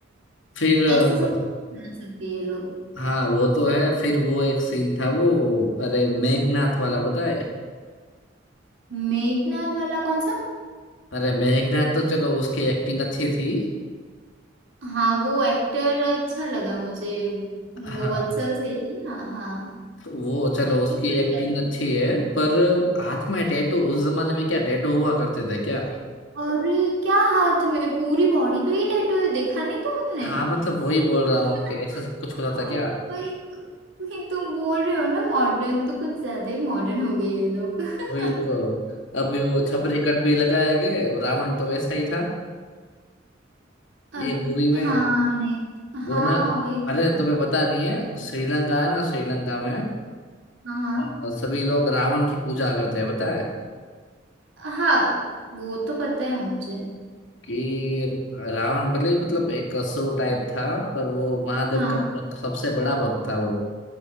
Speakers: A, on the left (about 75°); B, on the right (about 75°).
A: फिर अ,
B: ऐसे सब बना सकती है लोग
A: हाँ वो तो है फिर वो एक सीन था वो अरे मेघनाथ वाला पता है
B: मेघनाथ वाला कौन सा
A: अरे मेघनाथ तो चलो उसकी एक्टिंग अच्छी थी
B: हाँ वो एक्टर अच्छा लगा मुझे
A: हाँ
B: वो वत्सल सेठ है ना हाँ
A: तो वो चलो
B: एक्टिंग
A: उसकी
B: बढ़िया
A: एक्टिंग
B: थी
A: अच्छी है पर हाथ में टैटू उस जमाने में क्या टैटू हुआ करते थे क्या
B: अरे क्या हाथ में पूरी बॉडी पे ही टैटू है देखा नहीं तुमने
A: हाँ मतलब वही बोल रहा
B: <laughs>
A: हूँ कि ऐसा सब कुछ होता
B: ओ
A: था क्या
B: भाई तु, नहीं तुम बोल रहे हो ना मॉडर्न तो कुछ ज्यादा ही मॉडर्न हो गए ये लोग <laughs>
A: वही तो अभी वो छपरी कट भी लगाए गए और रावण तो वैसा ही था
B: अ,
A: ये मूवी में
B: हाँ नहीं
A: वो
B: हाँ
A: है ना
B: वही
A: अरे
B: तो
A: तुम्हें पता नहीं है श्रीलंका है ना श्रीलंका में
B: हाँ
A: अ, सभी लोग रावण की पूजा करते हैं पता है
B: हाँ हाँ वो तो पता है मुझे
A: कि रावण भले ही मतलब एक असुर टाइप था पर वो महादेव
B: हाँ
A: का सबसे बड़ा भक्त था वो